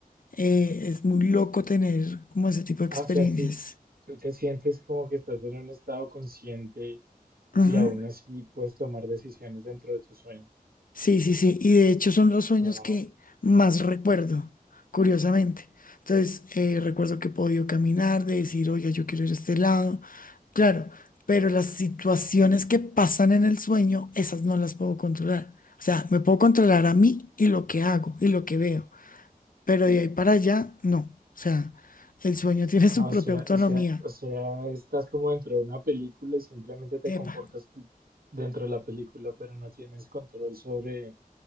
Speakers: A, on the left; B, on the right.
A: Eh, es muy loco tener como ese tipo de experiencias.
B: Ah, o sea, tú, tú te sientes como que estás en un estado consciente
A: Ujú.
B: y aún así puedes tomar decisiones dentro de tu sueño.
A: Sí, sí, sí. Y de hecho son los sueños
B: Wow.
A: que más recuerdo, curiosamente. Entonces, eh, recuerdo que he podido caminar, de decir, oiga, yo quiero ir a este lado. Claro, pero las situaciones que pasan en el sueño, esas no las puedo controlar. O sea, me puedo controlar a mí y lo que hago y lo que veo, pero de ahí para allá, no. O sea, el sueño <laughs> tiene
B: Ah,
A: su
B: o
A: propia
B: sea,
A: autonomía.
B: o sea, o sea, estás como dentro de una película y simplemente te comportas
A: Epa.
B: tú dentro de la película, pero no tienes control sobre